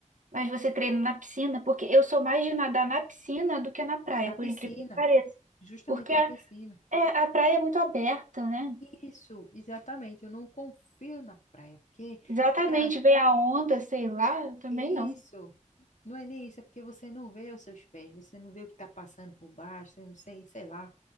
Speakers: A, on the right; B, on the left.
A: Mas você treina na piscina? Porque eu sou mais de nadar na piscina do que na praia,
B: Da
A: por
B: piscina,
A: incrível que pareça.
B: justamente
A: Porque a,
B: da piscina.
A: é, a praia é muito aberta, né?
B: Isso, exatamente, eu não confio na praia, porque
A: Exatamente,
B: é a...
A: vem a onda, sei lá, eu também
B: isso.
A: não.
B: Não é nem isso, é porque você não vê os seus pés, você não vê o que está passando por baixo, você não sei, sei lá.